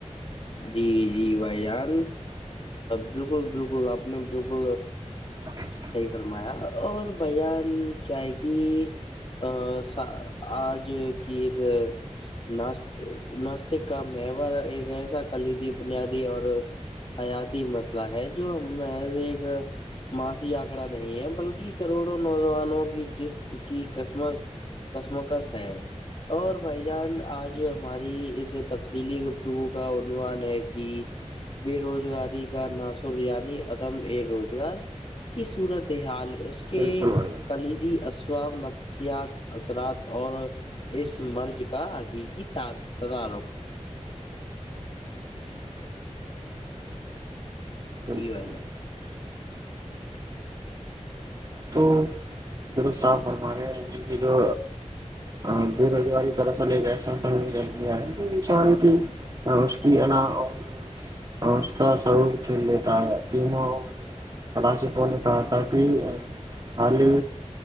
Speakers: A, on the left; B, on the right.
A: جی جی بھائی جان بالکل بالکل آپ نے بالکل
B: ا
A: صحیح فرمایا اور بیان کیا ہے گ ا آج کی اس ناس ناستک کا مار ایک ایسا کلیدی بنیادی اور حیاتی مسئلہ ہے جو ہم ایز ایک ماسیی آنکڑا نہیں ہے بلکہ کروڑوں نوجوانوں کی جس کی قسمت کسمکس ہے اور بھائی جان آج ہماری اس تفصیلی گفتگو کا عنوان ہے کہ بے روزگاری کا نصر یعنی عدم اے روزگار کی صورت حال ہے اس کے
B: بالکل بھائی جان
A: کلیدی اسصاب نفسیات اثرات اور اس مرض کا حقیقی تدارکھ
B: بالکل
A: جی وائیار
B: تو د صاحب ہمارےنی کہ جو ہ بے روزگاری دراصل ایک ایسا س ل گیا ہے کسان کی رشی اا اور اور اس کا سرور کھیل لیتا ہے تینوں کاسی پنے ہ تہ ا حال ہی